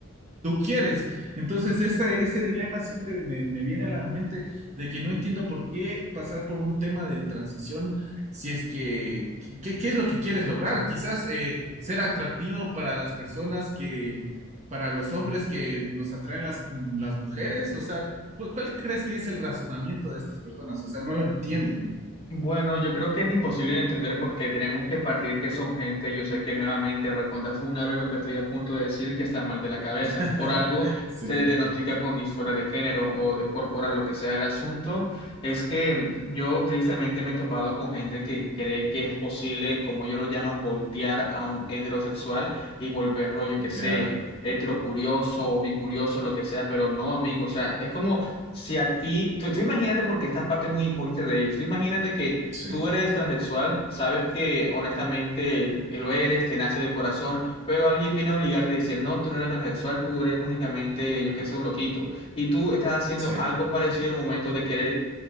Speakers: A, on the right (about 30°); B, on the left (about 25°).
A: tú quieres. Entonces, ese, ese dilema siempre me, me viene a la mente de que no entiendo por qué pasar por un tema de transición si es que, ¿qué, qué es lo que quieres lograr? Quizás eh, ser atractivo para las personas que, para los hombres que nos atraen las, las mujeres, o sea, ¿cu- ¿cuál crees que es el razonamiento de estas personas? O sea, no lo entiendo.
B: Bueno, yo creo que es imposible de entender porque tenemos que partir que son gente. Yo sé que nuevamente recontra funable lo que estoy a punto de decir, que está mal de la cabeza.
A: <laughs>
B: Por algo
A: Sí,
B: se le diagnostica con disforia de género o de corporal, lo que sea el asunto. Es que mm, yo tristemente me he topado con gente que cree que es posible, como ellos lo llaman, voltear a un heterosexual y volverlo, yo que sé,
A: ya,
B: heterocurioso o bicurioso, lo que sea, pero no, amigo. O sea, es como si a ti, tú, tú imagínate porque esta parte es muy importante de ellos. Tú imagínate que
A: sí,
B: tú eres transexual, sabes que honestamente el- el lo eres, te nace del corazón, pero alguien viene a obligarte a decir, no, tú no eres transexual, tú eres únicamente, yo qué sé, un loquito. Y tú estás haciendo
A: sí,
B: algo parecido en el momento de querer